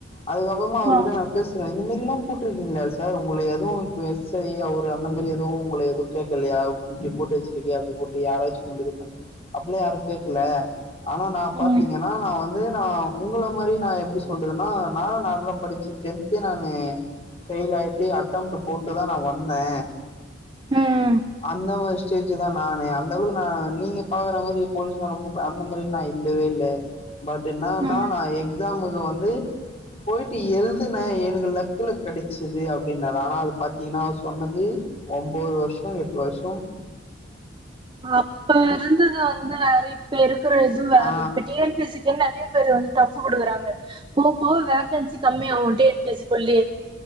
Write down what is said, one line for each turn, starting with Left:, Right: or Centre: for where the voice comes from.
Left: அதுக்கபுறமா அவர்கிட்ட
Right: ஆ
Left: நா பேசுறே இந்த மா ரில்லா போட்ருக்கீங்ளா சார் உங்கள எதுவு இப்ப எஸ் ஐ அவர் அந்த மாரி எ துவு உங்கள எது கேக்கலயா இப்டி போட்டு வச்சிருக்கியே அப்டி போட்டு யாராச்சு உங்ள இது பண் அப்டில்லா யாரு கேக்கல ஆனா நா பாத்தீங்கனா
Right: ம்
Left: நா வந்து நா உங்கள மாரி நா எ ப்டி சொல்லறதுன்னா நா நார்மலா படிச்சு டென்த்தே நானு ஃபெயில் ஆயிட்டு அட்டம்ட்டு போட்டுதா நா வந்தே
Right: ம்.
Left: அந்தமாரி செயிச்சுதா நானு அந்தளவுக்கு நா நீங்க பாக்குற மாரி போலீஸ்னா ரொம்ப அந்த மாரி நா இல்லவே இல்ல பட் இன்னானா
Right: ம்.
Left: நா எக் ஸாமுக்கு வந்து போயிட்டு எழுதுனே எனக்கு லக்குல கெடச்சுது அப்டின்னாரு ஆனா அது பாத்தீங்கனா அவர் சொன்னது ஒம்போது வருஷொ எட்டு வருஷம்
Right: அப்பருந்தது வந் து வேற இப்ப இரு க்குற இது வேற
Left: ஆ
Right: இப்ப டி என் பி சி க்குன் நெறைய பேர் வந்து டஃப் குடுக்குறாங்க போ போக வேகன்சி கம்மியாவு டி என் பி சி குள்ளயே